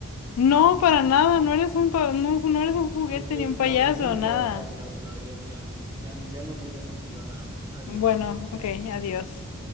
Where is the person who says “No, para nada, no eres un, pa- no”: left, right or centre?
Left